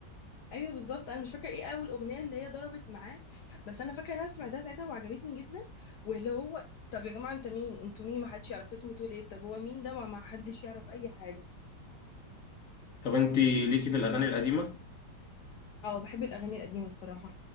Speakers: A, on the left; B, on the left.
A: ايوه بالظبط انا مش فاكره ايه اول اغنيه اللي هي ضربت معاه بس انا فاكره ان انا سمعتها ساعتها وعجبتني جدا واللي هو طب يا جماعه انت مين انتوا مين ما حدش يعرف اسمه تقول ايه طب هو مين ده ما ما حدش يعرف اي حاجه
B: طب انت ليكي في الاغاني القديمه
A: اه بحب الاغاني القديمه الصراحه